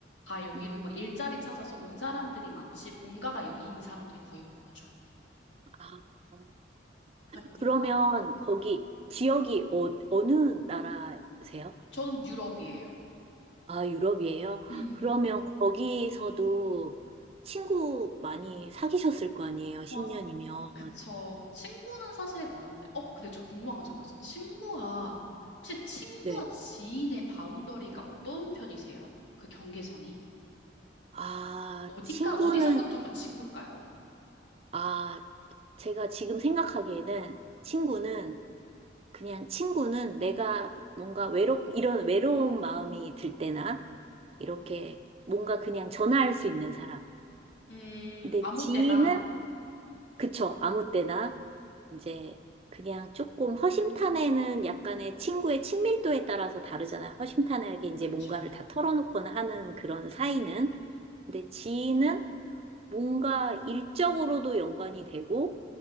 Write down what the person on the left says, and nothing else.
다 여기로
막 일자리 찾아서 온 사람들이 많지 본가가 여기인 사람들이 거의 없는 거죠.
그렇다 보니까
전 유럽이에요.
음.
와, 그쵸. 친구는 사실 많은데, 어, 근데 저 궁금한 거 참고 있어. 친구와, 혹시 친구와
지인의 바운더리가 어떤 편이세요? 그 경계선이?
어디까,
어디서부터가 친구일까요?
음,
아무
때나,
그쵸.